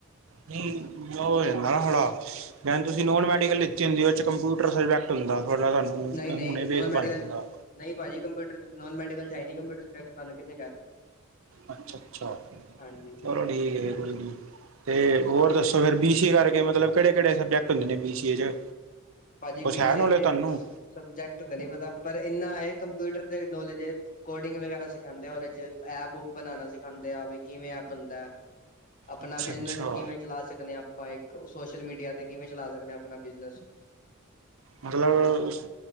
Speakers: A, on the right (about 65°); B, on the left (about 40°).
A: ਨਹੀਂ ਹੋ ਜਾਂਦਾ <unintelligible> ਭੈਣ ਤੁਸੀਂ ਨੋਨ ਮੈਡੀਕਲ ਲਿੱਤੀ ਹੁੰਦੀਂ ਉਹ ਚ, ਕੰਪਿਊਟਰ ਸਬਜੈ ਹੁੰਦਾ ਥੋੜਾਂ ਸਾਂਨੂੰ
B: ਨਹੀਂ ਨਹੀਂ
A: ਹੁਣੇ ਬੇਸ
B: ਨੋਨ ਮੈਡੀਕਲ
A: ਬਣ ਜਾਂਦਾਂ।
B: ਨਹੀਂ ਭਾਜੀ ਕੰਪਿਊਟਰ ਨੋਨ ਮੈਡੀਕਲ ਚ ਹੈ ਨੀਂ ਕੰਪਿਊਟਰ ਸਬਜੈਕਟ ਤੁਹਾਂਨੂੰ ਕਿੰਨੇਂ ਕਹਿਤਾ।
A: ਅੱਛਾ -ਅੱਛਾ
B: ਹਾਂਜੀ
A: ਚਲੋਂ ਠੀਕ ਐ ਕੋਈ ਨੀਂ। ਤੇ ਹੋਰ ਦੱਸੋ ਫੇਰ ਬੀ ਸੀ ਏ ਕਰਕੇ ਮਤਲਬ ਕਿਹੜੇ -ਕਿਹੜੇ ਸਬਜੈਕਟ ਹੁੰਦੇ ਨੇ ਬੀ ਸੀ ਏ ਚ
B: ਭਾਜੀ
A: ਕੁਛ
B: ਬੀ
A: ਹੈ
B: ਸੀ
A: ਨੌਲੇਜ
B: ਏ ਚ,
A: ਤੁਹਾਨੂੰ
B: ਸਬਜੈਕਟ ਤੇ ਨੀ ਪਤਾ, ਪਰ ਏਨਾਂ ਏਂ, ਕੰਪਿਊਟਰ ਦੇ ਨੌਲੇਜ ਕੋਡਿੰਗ ਵਗ਼ੈਰਾ। ਸਿਖਾਉਂਦੇ ਆ ਉਹਦੇ ਚੋ, ਐਪ ਉਪ ਬਣਾਣਾ ਸਿਖਾਂਦੇ ਆ ਵੀ ਕਿਵੇਂ ਐਪ ਬਣਦਾ। ਆਪਣਾਂ
A: ਅੱਛਾ
B: ਬਿਜਨਸ
A: ਅੱਛਾ
B: ਕਿਵੇਂ ਚਲਾ ਸਕਦੇ ਆ। ਮਾਈਕ ਸੋਸ਼ਲ ਮੀਡੀਆ ਤੇ, ਕਿਵੇਂ ਚਲਾ ਸਕਦੇ ਆ ਆਪਣਾ ਬਿਜ਼ਨਸ।
A: ਮਤਲਬ,